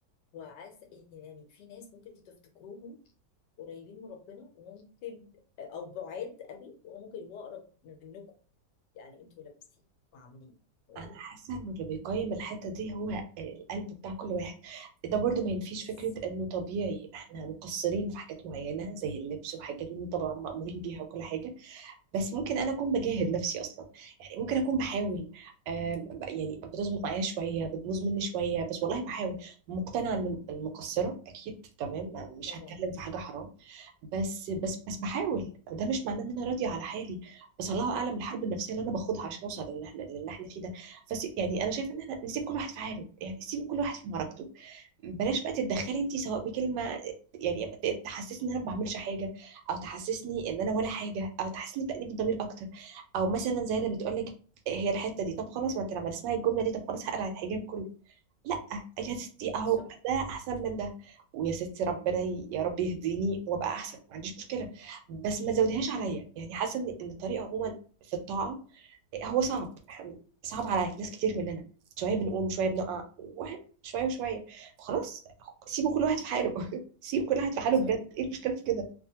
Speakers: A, on the left; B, on the right.
A: وعسى يعني في ناس ممكن تفتكروهم قريبين من ربنا وممكن او بعاد قوي وممكن يبقوا اقرب منكم يعني انتوا لابسين وعاملين و-
B: انا حاسه انه اللي بيقيم الحته دي هو القلب بتاع كل واحد ده برضو ما ينفيش
A: بس
B: فكره انه طبيعي احنا مقصرين في حاجات معينه زي اللبس وحاجات وإنه طبعا مأمورين بيها وكل حاجه بس ممكن انا اكون بجاهد نفسي اصلا يعني ممكن اكون بحاول آم، ب- يعني بتظبط معايا شويه بتبوظ مني شويه بس والله بحاول مقتنعه ان المقصره اكيد تمام ما- مش
A: طبعا
B: هتكلم في حاجه حرام بس بس بس بحاول ده مش معناه ان انا راضيه على حالي بس الله اعلم الحرب النفسيه اللي انا باخدها عشان اوصل للي احنا للي احنا فيه ده بس يعني انا شايفه ان احنا نسيب كل واحد في حاله يعني سيب كل واحد في معركته بلاش بقى تتدخلي انت سواء بكلمه يعني ت- تحسسني ان انا ما بعملش حاجه او تحسسني ان انا ولا حاجه او تحسسني بتأنيب الضمير اكتر او مثلا زي اللي بتقول لك هي الحته دي طب خلاص ما انت لما تسمعي الجمله دي طب خلاص هقلع الحجاب كله لا يا ستي اهو
A: صح
B: ده احسن من ده ويا ستي ربنا ي- يا رب يهديني وابقى احسن ما عنديش مشكله بس ما تزوديهاش عليا يعني حاسه ان إن الطريقه عموما في الطاعه هو صعب إحنا- صعب على ناس كتير مننا شويه بنقوم شويه بنقع واحد شويه وشويه خلاص سيبوا كل واحد في حاله <laughs> سيب كل واحد في حاله
A: صح
B: بجد ايه المشكله في كده